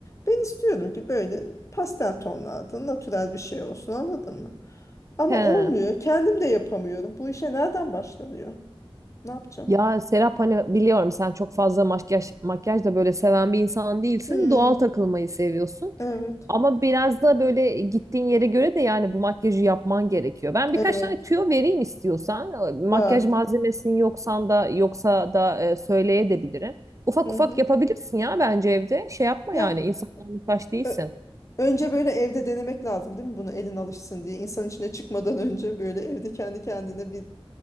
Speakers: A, on the left; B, on the right.
A: Ben istiyordum ki böyle pastel tonlarda natürel bir şey olsun anladın mı? Ama
B: he.
A: olmuyor. Kendim de yapamıyorum. Bu işe nereden başlanıyor? Ne yapacağım?
B: Ya Serap hani biliyorum sen çok fazla makyaj makyaj da böyle seven bir insan değilsin.
A: Hmm,
B: Doğal takılmayı seviyorsun.
A: evet.
B: Ama biraz da böyle gittiğin yere göre de yani bu makyajı yapman gerekiyor. Ben
A: Evet.
B: birkaç tane tüyo vereyim istiyorsan.
A: Var.
B: Makyaj malzemesinin yoksan da yoksa da e, söyleyebilirim. Ufak
A: Hı
B: ufak
A: hı.
B: yapabilirsin ya bence evde. Şey yapma
A: Ya
B: yani insanlara muhtaç değilsin.
A: ö- önce böyle evde denemek lazım değil mi? Bunu elin alışsın diye. İnsan içine çıkmadan önce böyle evde kendi kendine bir